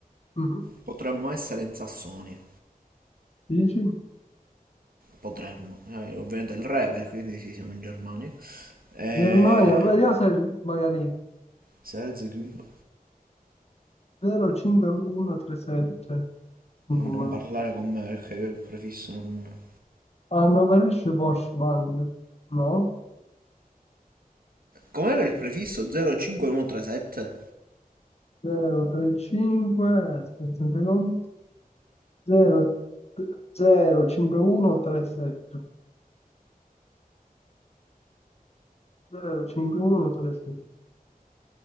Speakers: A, on the left (about 45°); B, on the right (about 70°).
A: Mhm.
B: potremmo essere in Sassonia.
A: Dici?
B: Potremmo. Eh, ovviamente il re, per- quindi sì, siamo in Germania. Eh,
A: Germania, vediamo se magari
B: Selzekimba.
A: 05137, cioè un numero.
B: Non parlare con me perché io il prefisso non...
A: Hanno Veloce Washband, no?
B: Com'era il prefisso 05137?
A: 035, aspetta, un secondo, 0, 05137, 05137.